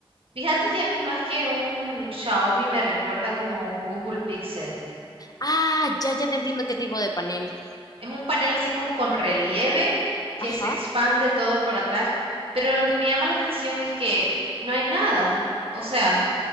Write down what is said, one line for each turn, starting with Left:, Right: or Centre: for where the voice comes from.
Right: Fíjate que a mí más que un Xiaomi me recuerda como a un Google Pixel.
Left: Ah, ya, ya te entiendo qué tipo de panel.
Right: Es un panel así como con relieve que
Left: Ajá.
Right: se expande todo por atrás, pero lo que me llama la atención es que no hay nada. O sea,